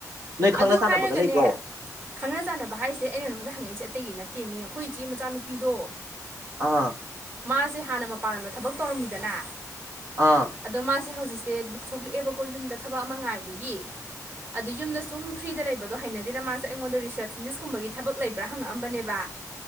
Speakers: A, on the right (about 65°); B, on the right (about 35°).
A: ꯅꯣꯏ ꯈꯪꯅ
B: ꯑꯗꯨ
A: ꯆꯥꯟꯅꯕꯒ
B: ꯍꯥꯏꯔꯒꯅꯦ
A: ꯂꯩꯕ꯭ꯔꯣ
B: ꯈꯪꯅ ꯆꯥꯟꯅꯕ ꯍꯥꯏꯁꯦ ꯑꯩꯅ ꯅꯉꯣꯟꯗ ꯍꯪꯉꯛꯏꯁꯦ ꯑꯇꯩꯒꯤ ꯅꯠꯇꯦ ꯃꯤ ꯑꯈꯨꯏ ꯆꯦ ꯃꯆꯥꯅꯨꯄꯤꯗꯣ
A: ꯑꯥ
B: ꯃꯥꯁꯦ ꯍꯥꯟꯅ ꯃꯄꯥꯟ ꯂꯝꯗ ꯊꯕꯛ ꯇꯧꯔꯝꯃꯤꯗꯅ
A: ꯑꯥ
B: ꯑꯗꯣ ꯃꯥꯁꯦ ꯍꯧꯖꯤꯛ ꯁꯦ ꯊꯣ ꯊꯣꯛꯂꯛꯑꯦꯕꯀꯣ ꯌꯨꯝꯗ ꯊꯕꯛ ꯑꯃ ꯉꯥꯏꯕꯒꯤ ꯑꯗ ꯌꯨꯝꯗ ꯁꯨꯝ ꯐ꯭ꯔꯤꯗ ꯂꯩꯕꯗꯣ ꯍꯩꯅꯗꯦꯅ ꯃꯥꯁꯦ ꯑꯩꯉꯣꯟꯗ ꯔꯤꯁꯦꯞꯁꯟꯅꯤꯁꯀꯨꯝꯕꯒꯤ ꯊꯕꯛ ꯂꯩꯕ꯭ꯔꯥ ꯍꯪꯉꯛꯑꯝꯕꯅꯦꯕ